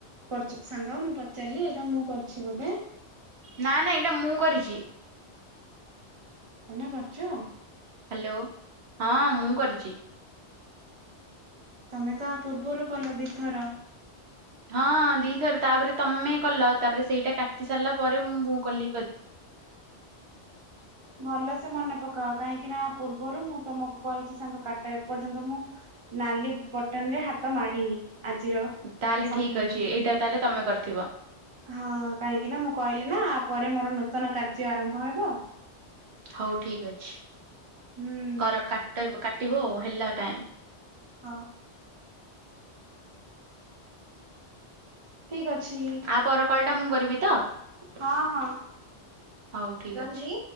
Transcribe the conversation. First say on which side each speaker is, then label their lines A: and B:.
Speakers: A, on the right (about 30°); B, on the right (about 70°).
A: କରିଚି ସାଙ୍ଗ ମୁଁ ପଚାରିଲି ଏଇଟା ମୁଁ କରିଛି ବୋଧେ?
B: ନା ନା ଏଇଟା ମୁଁ କରିଛି।
A: ତମେ କରିଛ?
B: ହ୍ୟାଲୋ ହଁ ମୁଁ କରିଛି।
A: ତମେ ତ ଆ ପୂର୍ବରୁ କଲ ଦିଥର।
B: ହଁ ଦିଥର ତାପରେ ତମେ କଲ ତାପରେ ସେଇଟା କାଟି ସାରିଲା ପରେ ମୁଁ ମୁୁଁ କଲି।
A: ହଁ <inaudible> ଭଲସେ ମନେ ପକାଅ କାହିଁକି ନା ପୂର୍ବରୁ ମୁଁ ତମକୁ କହିଛି ସାଙ୍ଗ କାଟ ଏପର୍ଯ୍ୟନ୍ତ ମୁଁ ନାଲି ବଟନରେ ହାତ ମାରିନି ଆଜିର
B: ତାହେଲେ
A: ସମ୍ପୂର୍ଣ୍ଣ।
B: ଠିକ୍ ଅଛି ଏଇଟା ତାହେଲେ ତମେ କରିଥିବ।
A: ହଁ କାହିଁକି ନା ମୁଁ କହିଲି ନା ପରେ ମୋର ନୂତନ କାର୍ଯ୍ୟ ଆରମ୍ଭ ହେବ।
B: ହଉ ଠିକ୍ ଅଛି।
A: ହୁଁ।
B: କର କା କାଟିବ ଆଉ ହେଲା ଟାଇମ
A: ହଁ। ଠିକ ଅଛି।
B: ଆ ପର କଲ ଟା ମୁଁ କରିବି ତ?
A: ହଁ ହଁ
B: ହଉ ଠିକ୍
A: ରହିଲି।
B: ଅଛି